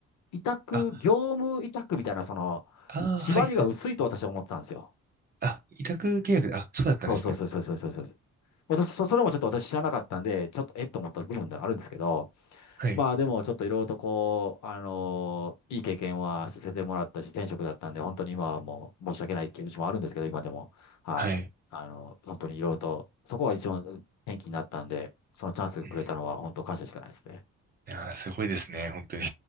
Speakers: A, on the left; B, on the right.
A: 委託、
B: あ、
A: 業務委託みたいな、その、
B: ああ、
A: 縛りが薄いと私は思ってたんですよ。
B: はい、はい。あ、委託契約で、あ、そうだったんですね。
A: そうそうそうそうそうそうそう。私、そ、それもちょっと私知らなかったんで、ちょっとえっと思った部分ではあるんですけど、
B: はい、
A: まあでもちょっといろいろとこう、あのいい経験はさせてもらったし、転職だったんで、本当に今はもう申し訳ない気持ちもあるんですけど、今でも。はい。
B: はい。
A: あの、本当にいろいろと、そこが一番転機になったんで、そのチャンスくれたのは本当感謝しかないですね。
B: うんいやー、すごいですね、本当に。